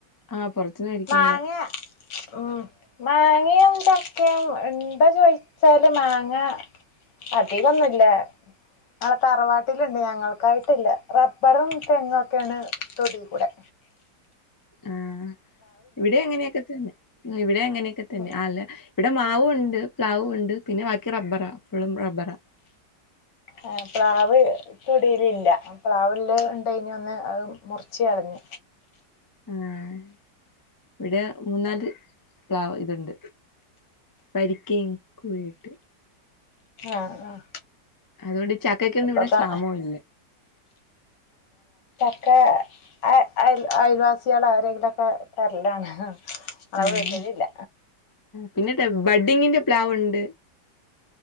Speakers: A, on the left; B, on the left.
A: ആഹ് പുറത്തുന്ന് മേടിക്കേണ്ട.
B: മാങ്ങ ഉം മാങ്ങയും ചക്കയും ഇണ്ടോ ചോദിച്ചാല് മാങ്ങ അധികമൊന്നില്ല ആ തറവാട്ടിലുണ്ട് ഞങ്ങൾക്കായിട്ടില്ല റബ്ബറും തെങ്ങ് ഒക്കെയാണ് തൊടികൂടെ.
A: ആഹ് ഇവിടെ അങ്ങനെയൊക്കെ തന്നെ. ഇവിടെ അങ്ങനെയൊക്കെ തന്നെ
B: ഉം
A: അല്ല ഇവിടെ മാവ് ഉ ഉണ്ട് പ്ലാവുണ്ട് പിന്നെ ബാക്കി റബ്ബറാ ഫുള്ളും റബ്ബറാ.
B: ആഹ് പ്ലാവ് തൊടിയിൽ ഇല്ല. പ്ലാവിൽ ഉണ്ടായി കഴിഞ്ഞുന്ന്. അത് മുറിച്ചു കളഞ്ഞു.
A: ആഹ് ഇവിടെ മൂന്നാല് പ്ലാവ് ഇതുണ്ട്. വരിക്കയും കുഴയുണ്ട്.
B: ആഹ് ആഹ്
A: അതുകൊണ്ട് ചക്കക്കൊന്നും
B: ഇപ്പൊക്കെ
A: ഇവിടെ ക്ഷാമവും ഇല്ല.
B: ക്ക അയ അയ അയൽവാസികൾ ആരെങ്കിലുമൊക്കെ തരലാണ് ഞങ്ങളെ
A: ആഹ്
B: വീട്ടിലില്ല.
A: പിന്നെ ബഡ്ഡിങ്ങിന്റെ പ്ലാവുണ്ട്.